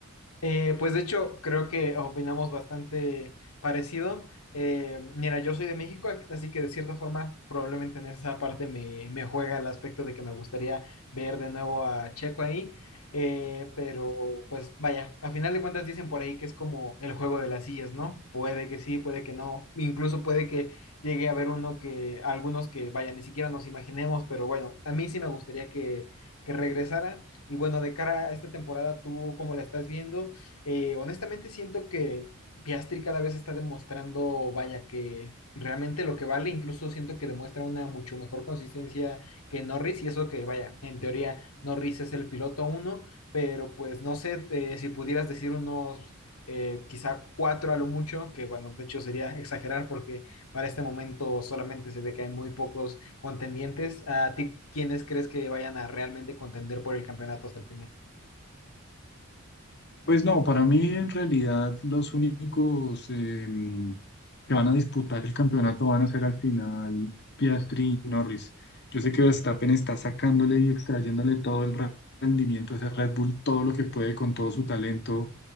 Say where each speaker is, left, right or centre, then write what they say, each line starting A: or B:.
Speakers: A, on the left; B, on the left.
A: Eh, pues de hecho, creo que opinamos bastante parecido. Eh, mira, yo soy de México, así que de cierta forma probablemente en esa parte me, me juega el aspecto de que me gustaría ver de nuevo a Checo ahí. Eh, pero pues vaya, a final de cuentas dicen por ahí que es como el juego de las sillas, ¿no? Puede que sí, puede que no. Incluso puede que llegue a haber uno que, algunos que vaya, ni siquiera nos imaginemos, pero bueno, a mí sí me gustaría que, que regresara. Y bueno, de cara a esta temporada, ¿tú cómo la estás viendo? Eh, honestamente siento que Piastri cada vez está demostrando, vaya, que realmente lo que vale, incluso siento que demuestra una mucho mejor consistencia que Norris y eso que, vaya, en teoría Norris es el piloto uno, pero pues no sé eh, si pudieras decir unos... eh, quizá cuatro a lo mucho, que bueno, de hecho sería exagerar porque para este momento solamente se ve que hay muy pocos contendientes. ¿A ti quiénes crees que vayan a realmente contender por el campeonato hasta el final?
B: Pues no, para mí en realidad los únicos em, que van a disputar el campeonato van a ser al final Piastri y Norris. Yo sé que Verstappen está sacándole y extrayéndole todo el re- rendimiento a ese Red Bull, todo lo que puede con todo su talento,